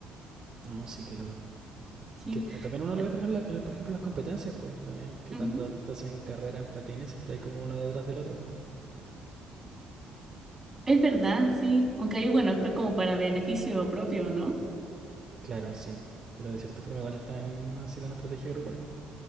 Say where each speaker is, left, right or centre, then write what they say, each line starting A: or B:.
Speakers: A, on the right; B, on the right.
A: No, sí, qué loco.
B: Sí.
A: Que t- también uno
B: Ya.
A: lo ve, por ejemplo, en la- por ejemplo, en las competencias, pues también, que
B: Ujú.
A: cuando hacen carrera en patines siempre hay como uno detrás del otro.
B: Es verdad, sí. Aunque ahí, bueno, es pues como para beneficio propio, ¿no?
A: Claro, sí, po. pero de cierta forma igual están haciendo una estrategia grupal, pues.